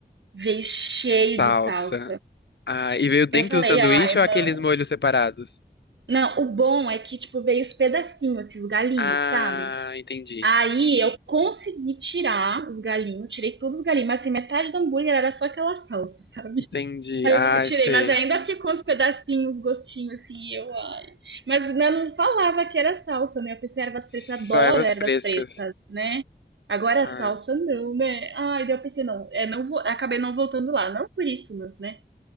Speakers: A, on the right; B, on the left.
A: Veio cheio
B: Salsa.
A: de salsa.
B: Ah, e veio dentro
A: Eu falei,
B: do sanduíche
A: ai,
B: ou
A: não.
B: aqueles molhos separados?
A: Não, o bom é que, tipo, veio os pedacinhos, esses galinhos,
B: Ah,
A: sabe?
B: entendi.
A: Aí eu consegui tirar os galinhos, tirei todos os galinhos, mas assim, metade do hambúrguer era só aquela salsa.
B: Entendi.
A: Aí
B: Ah,
A: eu tirei,
B: sei.
A: mas ainda ficou uns pedacinhos, uns gostinhos assim, e eu, ai. Mas eu não falava que era salsa, né? Eu pensei, ervas
B: Só
A: frescas, eu adoro
B: ervas
A: ervas
B: frescas.
A: frescas, né? Agora
B: Ah,
A: a salsa não, né? Ai, daí eu pensei, não, é, não vou, acabei não voltando lá, não por isso, mas, né?